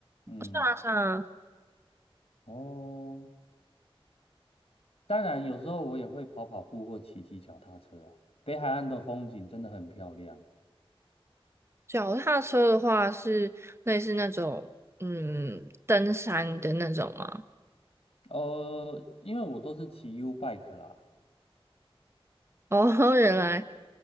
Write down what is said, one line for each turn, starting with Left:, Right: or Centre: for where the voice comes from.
Left: 嗯，
Right: 踏上
Left: 哦，当然有时候我也会跑跑步或骑骑脚踏车啊。北海岸的风景真的很漂亮。
Right: 脚踏车的话，是类似那种嗯登山的那种吗？
Left: 呃，因为我都是骑 U bike 啦，
Right: 哦，<laughs> 原来